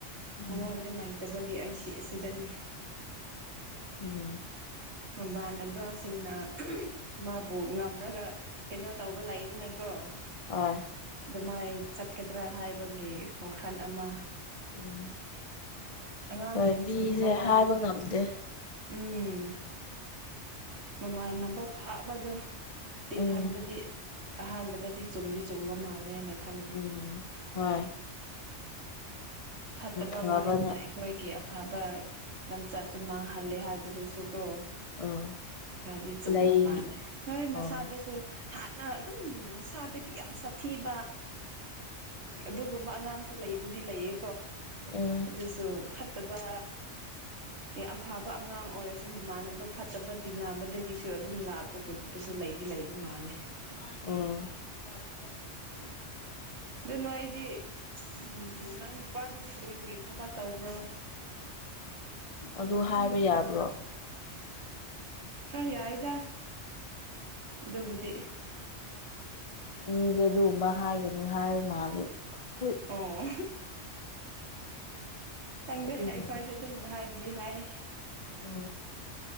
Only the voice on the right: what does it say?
ꯃꯉꯣꯟꯗ ꯂꯩꯇꯕꯒꯤ ꯑꯩ ꯁꯤ ꯑꯁꯤꯗꯅꯤ
ꯃꯕꯥ ꯅ ꯕ꯭ꯔꯥꯁꯤꯡꯅ ꯃꯥꯕꯨ ꯉꯝꯔꯒ ꯀꯩꯅꯣ ꯇꯧꯕ ꯂꯩꯗꯅꯀꯣ
ꯑꯗꯨꯃꯥꯏ ꯆꯠꯀꯗ꯭ꯔꯥ ꯍꯥꯏꯕꯒꯤ ꯋꯥꯈꯜ ꯑꯃ
ꯑꯉꯥꯡꯁꯤꯡꯁꯨ
ꯃꯃꯥꯟꯅꯕ
ꯎꯝ ꯃꯃꯥꯟꯅꯕ ꯐꯥꯕꯗꯣ ꯇꯤꯟꯍꯟꯕꯗꯤ
ꯑꯍꯥꯟꯕꯗꯗꯤ ꯆꯨꯝꯗꯤ ꯆꯨꯝꯕ ꯃꯥꯜꯂꯦꯅ ꯈꯜꯂꯦ
ꯐꯠꯇꯕ
ꯃꯔꯨꯞꯅ ꯑꯩꯈꯣꯏꯒꯤ ꯑꯐꯕ ꯂꯝꯆꯠꯁꯨ ꯃꯥꯡꯍꯂꯦ ꯍꯥꯏꯕꯗꯨꯁꯨ ꯀ
ꯍꯥꯏꯗꯤ ꯆꯨꯝꯕ
ꯃꯥꯜꯂꯦ ꯍꯣꯏ
ꯃꯁꯥꯗꯁꯨ ꯍꯥꯟꯅ ꯑꯗꯨꯝ ꯃꯁꯥꯗꯒꯤ ꯌꯥꯝ ꯁꯥꯊꯤꯕ ꯑꯗꯨꯒꯨꯝꯕ ꯑꯉꯥꯡꯁꯨ ꯂꯩꯕꯨꯗꯤ ꯂꯩꯌꯦ
ꯑꯗꯨꯁꯨ ꯐꯠꯇꯕ ꯌꯥꯝ ꯐꯕ ꯑꯉꯥꯡ ꯑꯣꯏꯔꯁꯨ ꯁꯨꯝ ꯃꯃꯥꯟꯅꯕ ꯐꯠꯇꯕ ꯇꯤꯟꯅꯕꯗꯒꯤꯁꯨ ꯑꯗꯨꯝ ꯂꯥꯛꯄ ꯈꯣꯠꯄꯁꯨ ꯂꯩꯗꯤ ꯂꯩꯕ ꯃꯥꯜꯂꯦ
ꯑꯗꯨ ꯅꯣ ꯑꯩꯗꯤ ꯎꯝ ꯅꯪ ꯅꯨꯄꯥꯗꯨꯗꯤ ꯀꯔꯤ ꯀꯔꯤ ꯊꯕꯛ ꯇꯧꯕ꯭ꯔꯣ
ꯑ ꯌꯥꯏꯗ ꯑꯗꯨꯕꯨꯗꯤ
ꯑꯣ ꯆꯪꯗꯦ
ꯍꯥꯏ ꯈꯔꯗꯤ ꯑꯗꯨꯝ ꯍꯥꯏꯕꯨꯗꯤ ꯍꯥꯏ